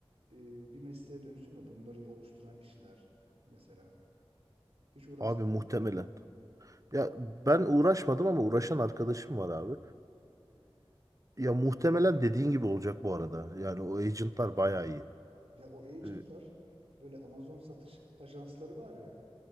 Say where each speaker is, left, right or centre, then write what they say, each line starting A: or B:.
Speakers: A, on the right; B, on the right.
A: e, bir mesleğe dönüşür mü? Bunları oluşturan kişiler mesela. Hiç uğraştın
B: abi muhtemelen.
A: mı onlarla?
B: Ya ben uğraşmadım ama uğraşan arkadaşım var abi. Ee, ya muhtemelen dediğin gibi olacak bu arada. Yani o agentlar bayağı iyi.
A: Ya o agentlar
B: Ee,
A: böyle Amazon satış ajansları var ya.